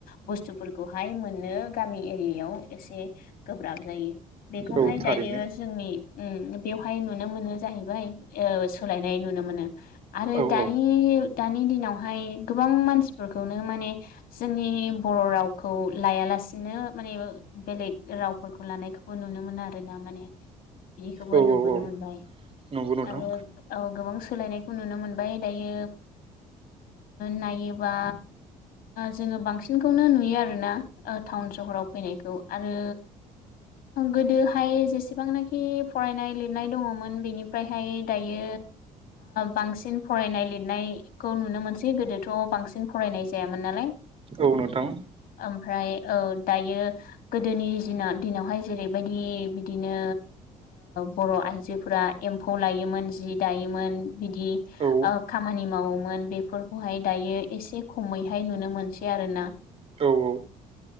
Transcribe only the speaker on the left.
बुस्थुफोरखौहाय मोननो गामि एरियायाव एसे गोब्राब जायो बेखौहाय
दायो जोंनि बेवहाय नुनो मोनो जाहैबाय सोलायनाय नुनो मोनो आरो
दानि
दानि दिनावहाय गोबां मानसिफोरखौनो माने जोंनि बर' रावखौ लायाला- सिनो माने बेलेग रावफोरखौ लानायखौबो नुनो मोनो आरोना माने बिदिखौबो
नुबोनो
मोनबाय
आरो औ गोबां सोलायनायखौ नुनो मोनबाय दायो नायोबा जोङो बांसिनखौनो नुयो आरोना टाउन सहराव फैनायखौ आरो गोदोहाय जेसेबांनाखि फरायनाय लिरनाय दङमोन बेनिफ्रायहाय दायो बांसिन फरायनाय लिरनायखौ नुनो मोनसै गोदोथ' बांसिन फरायनाय जायामोन नालाय।
ओमफ्राय औ। दायो गोदोनि दिनावहाय जेरैबायदि बिदिनो बर'आ आइजोफोरा एम्फौ लायोमोन जि दायोमोन बिदि
खामानि मावोमोन मोन बेफोरखौहाय दायो एसे खमैहाय नुनो मोनसै आरोना।